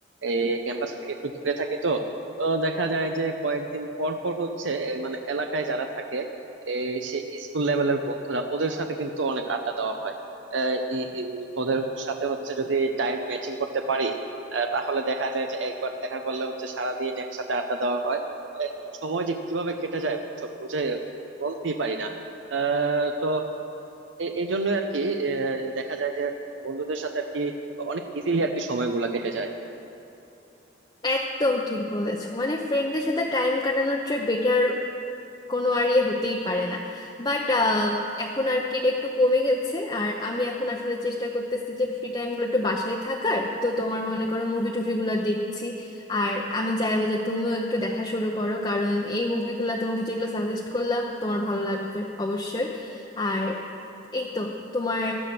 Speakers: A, on the right; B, on the left.
A: এই ক্যাম্পাস থেকে একটু দূরে থাকি তো তো দেখা যায় যে কয়েকদিন পর পর হচ্ছে এ, মানে এলাকায় যারা থাকে এই সেই স্কুল লেভেলের বন্ধুরা ওদের সাথে কিন্তু অনেক আড্ডা দেওয়া হয় আহ, ই- ই- ওদের সাথে হচ্ছে যদি টাইম ম্যাচিং করতে পারি আহ, তাহলে দেখা যায় যে একবার দেখা করলে হচ্ছে সারাদিন একসাথে আড্ডা দেওয়া হয় আহ, সময় যে কিভাবে কেটে যায় বুঝছো বুঝে বলতেই পারি না আহ তো এই জন্য আর কি আহ, দেখা যায় যে বন্ধুদের সাথে আর কি অনেক ইজিলি আর কি সময়গুলা কেটে যায়।
B: একদম ঠিক বলেছো মানে ফ্রেন্ডদের সাথে টাইম কাটানোর চেয়ে বেটার কোনো আর ইয়ে হতেই পারে না বাট এখন আর কি এটা একটু কমে গেছে আর আমি এখন আসলে চেষ্টা করতেছি যে ফ্রি টাইমগুলো একটু বাসায় থাকার তো তোমার মনে করো মুভি টুভিগুলো দেখছি আর আমি চাইবো যে তুমিও একটু দেখা শুরু করো কারণ এই মুভিগুলো তোমাকে যেগুলো সাজেস্ট করলাম তোমার ভালো লাগবে অবশ্যই আর এই তো তোমার